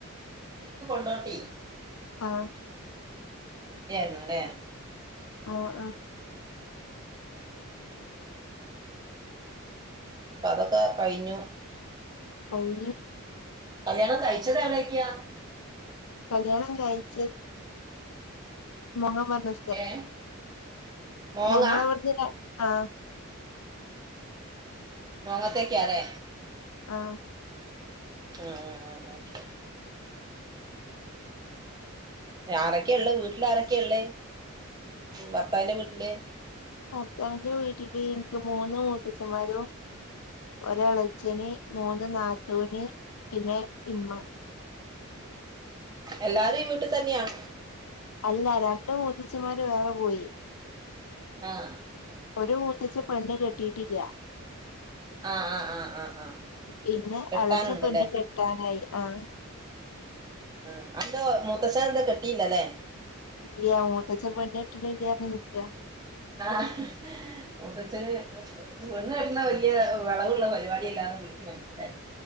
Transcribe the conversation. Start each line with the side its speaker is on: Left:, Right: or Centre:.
Right: റിലീഫ് കൊണ്ടോട്ടീ
Left: ആഹ്
Right: <unintelligible>
Left: ആഹ് ആഹ്
Right: ഇപ്പ അതൊക്കെ കഴിഞ്ഞു
Left: <unintelligible>
Right: കല്ല്യാണം കഴിച്ചത് എവടെക്യ?
Left: കല്യാണം കഴിച്ചത് മോങ്ങം ഭാഗം
Right: ഏഹ് മോങ്ങ
Left: ഞങ്ങളെ ഇവട്ന്ന് ര ആഹ്
Right: മോങ്ങത്തെക്കാലെ
Left: ആഹ്
Right: ആഹ് ആഹ് ആഹ് ആരൊക്കെ ഇള്ളെ വീട്ടില് ആരൊക്കെയാ ഇള്ളേ ഭർത്താവിന്റെ വീട്ടില്
Left: ഭർത്താവിന്റെ വീട്ടില് ഇൻക്ക് മൂന്ന് മൂത്തച്ഛന്മാരും ഒരു എളച്ചന്, മൂന്ന് നാത്തൂന്, പിന്നെ ഇമ്മ
Right: എല്ലാരും ഈ വീട്ടിൽ തന്നെയാണോ?
Left: അല്ല രണ്ട് മൂത്തച്ചിമാര് വേറെ പോയി
Right: ആഹ്
Left: ഒരു മൂത്തച്ഛൻ പെണ്ണ് കെട്ടിട്ടില്ല
Right: ആഹ് ആഹ് ആഹ് ആഹ് ആഹ്
Left: പിന്നെ
Right: കെട്ടാനുണ്ടല്ലേ
Left: എളചൻ പെണ്ണ് കെട്ടാനായി ആഹ്
Right: ആഹ് അതന്താ മൂത്തച്ഛൻ എന്താ കെട്ടില്ലല്ലേ?
Left: ഇല്യ മുത്തച്ഛൻ പെണ്ണ് കെട്ട്ണില്ല പർഞ് നിക്ക
Right: ആഹ് മൂത്തച്ഛന് പെണ്ണ് കെട്ട്ണത് വെല്യേ വെളവുള്ള പരിപാടിയല്ലാന്ന് പുള്ളിക്ക്‌ മനസ്സിലായി